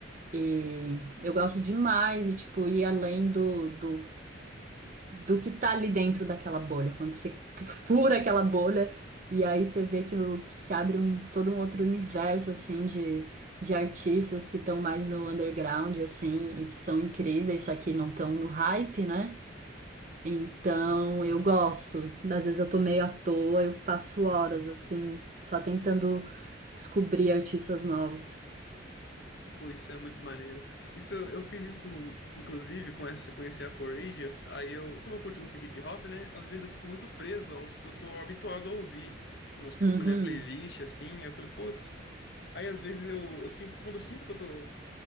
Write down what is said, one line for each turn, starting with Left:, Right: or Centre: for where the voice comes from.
Right: E eu gosto demais de, tipo, ir além do, do, do que tá ali dentro daquela bolha. Quando você <laughs> fura aquela bolha e aí você vê que, o, que se abre um, todo um outro universo, assim, de, de artistas que estão mais no underground, assim, e que são incríveis, só que não estão no hype, né? Então, eu gosto. Às vezes eu tô meio à toa, eu passo horas assim, só tentando descobrir artistas novos.
Left: Pô, isso é muito maneiro. Isso, eu fiz isso, inclusive, com essa, sequência a Coradia, aí eu, como eu curto muito hip hop, né, às vezes eu fico muito preso aos que eu tô habituado a ouvir, nos que
Right: Uhum.
Left: estão na minha playlist, assim, eu falei, putz, aí às vezes eu, eu sinto, quando eu sinto que eu tô